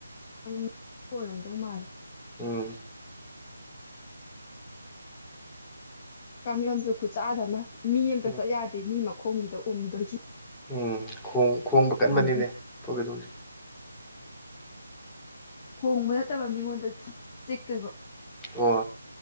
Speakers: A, on the left (about 20°); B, in the centre.
A: ꯑꯩꯗ ꯃꯨꯠꯄ ꯑꯣꯏꯔꯝꯗꯧ ꯃꯥꯜꯂꯦ꯫
B: ꯎꯝ꯫
A: ꯀꯥꯡꯂꯝꯁꯨ ꯈꯨꯠꯆꯥꯗ ꯑꯃ ꯃꯤ ꯑꯃꯇ
B: ꯎꯝ
A: ꯆꯠ ꯌꯥꯗꯦ ꯃꯤ ꯃꯈꯣꯡꯒꯤꯗ ꯎꯝꯗꯣꯏꯒꯤ꯫꯫
B: ꯎꯝ ꯈꯣꯡ ꯈꯣꯡꯕ ꯀꯟꯕꯅꯤꯅꯦ
A: <inaudible>
B: ꯄꯨꯒꯗꯧꯁꯦ
A: ꯍꯣꯡꯕ ꯅꯠꯇꯕ ꯃꯤꯉꯣꯟꯗ ꯆꯤꯛꯇꯧꯕ꯫
B: ꯑꯣ